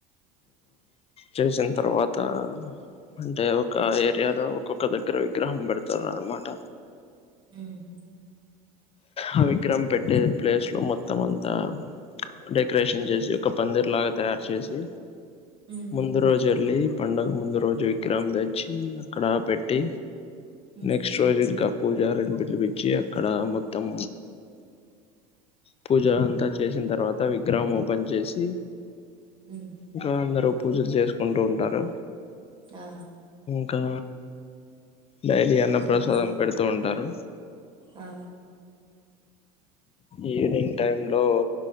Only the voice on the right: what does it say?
ఉమ్
ఉమ్
ఉమ్
ఉ
ఆ
ఆ
ఆ